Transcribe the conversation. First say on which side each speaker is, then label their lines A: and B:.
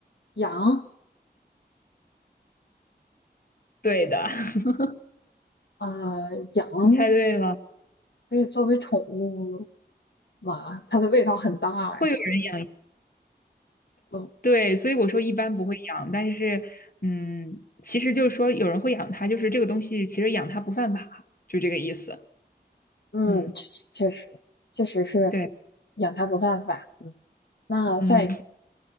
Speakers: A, on the left (about 80°); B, on the left (about 55°).
A: 羊，
B: 对的，<laughs>
A: 啊，羊
B: 你猜对了，
A: 可以作为宠物嘛？它的味道很大哎。
B: 会有人养。
A: 嗯
B: 对，所以我说一般不会养，但是，嗯，其实就是说有人会养它，就是这个东西其实养它不犯法，就这个意思。
A: 嗯，
B: 嗯。
A: 确实确实确实是
B: 对，
A: 养它不犯法。嗯，那下一个，
B: 嗯，